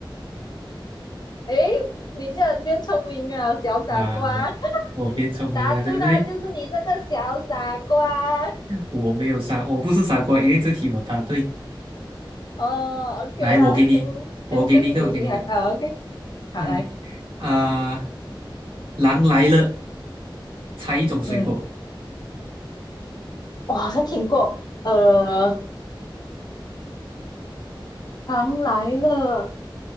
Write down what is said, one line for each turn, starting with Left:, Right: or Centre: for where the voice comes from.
Left: 诶，你竟然变聪明啊，小傻瓜！
Right: 那、我我变聪明了，
Left: <laughs> 答对啦，
Right: 对不对？
Left: 就是你这个小傻瓜。
Right: 我没有傻，我不是傻瓜，因为这题我答对。
Left: 哦，OK
Right: 来，
Left: 啦，
Right: 我给你，
Left: 这样这样就是你厉害啊，OK。
Right: 我给你一个，我给你一个。
Left: 好，
Right: 嗯
Left: 来，
Right: 啊、狼来了，猜一种水果，
Left: 嗯，我好像听过，呃，糖来了，